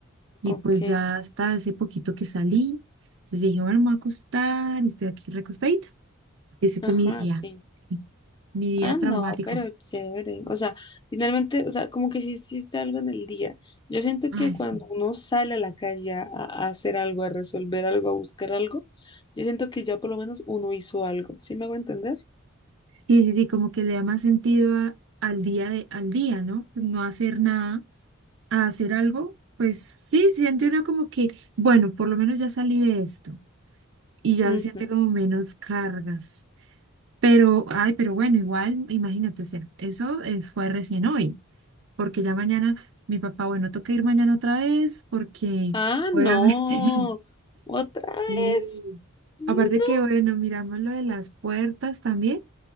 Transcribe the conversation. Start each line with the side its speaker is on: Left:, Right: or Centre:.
Right: Y
Left: Ok.
Right: pues ya hasta hace poquito que salí, entonces dije, bueno, me voy a acostar, y estoy aquí recostadita. Ese
Left: Ajá,
Right: fue mi día,
Left: sí.
Right: mi día
Left: Ah,
Right: traumático.
Left: no, pero chévere. O sea, finalmente, o sea, como que sí hiciste algo en el día. Yo siento
Right: Ay,
Left: que cuando
Right: sí.
Left: uno sale a la calle a, a hacer algo, a resolver algo, a buscar algo, yo siento que ya por lo menos uno hizo algo. ¿Sí me hago entender?
Right: Sí, sí, sí, como que le da más sentido a- al día de, al día, ¿no? Pues no hacer nada, a hacer algo, pues sí, siente uno como que, bueno, por lo menos ya salí de esto y ya
Left: Ujú.
Right: siente como menos cargas. Pero, ay, pero bueno, igual, imagínate, o sea, eso eh, fue recién hoy. porque ya mañana mi papá, bueno, toca ir mañana otra vez porque
Left: Ah,
Right: obviamente,
Left: no.
Right: <laughs>
Left: Otra vez.
Right: sí.
Left: No.
Right: Aparte que, bueno, miramos lo de las puertas también,